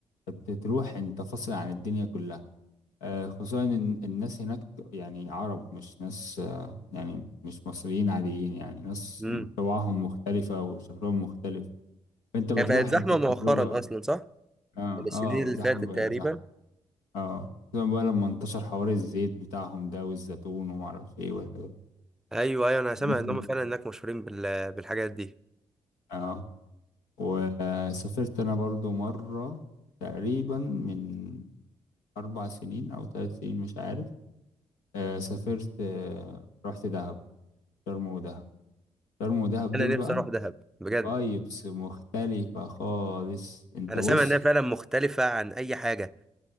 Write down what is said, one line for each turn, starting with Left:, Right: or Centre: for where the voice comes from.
Left: فبتروح انت فاصل عن الدنيا كلها آه، خصوصا ان الناس هناك يعني عرب مش ناس آه، يعني مش مصريين عاديين يعني ناس
Centre: امم
Left: طباعهم مختلفة وشكلهم مختلف فانت بتروح
Centre: هي بقت زحمه
Left: انت بتجربة
Centre: مؤخرا اصلا صح
Left: اه
Centre: السنين
Left: اه
Centre: اللي
Left: زحمة
Centre: فاتت
Left: بقت
Centre: تقريبا
Left: زحمة اه خصوصا بقى لما انتشر حوار الزيت بتاعهم ده والزيتون ومعرفش ايه والحاجات دي
Centre: ايوه ايوه انا سامع
Left: الناس
Centre: ان
Left: بقت
Centre: هم فعلا هناك مشهورين بال... بالحاجات دي
Left: اه وسافرت انا برضو مرة تقريبا من اربع سنين او ثلاث سنين مش عارف آه سافرت آه رحت دهب شرم ودهب شرم ودهب
Centre: انا
Left: دول
Centre: نفسي
Left: بقى
Centre: اروح دهب بجد
Left: فايبس مختلفة خالص انت
Centre: انا
Left: بص
Centre: سامع انها فعلا مختلفه عن اي حاجه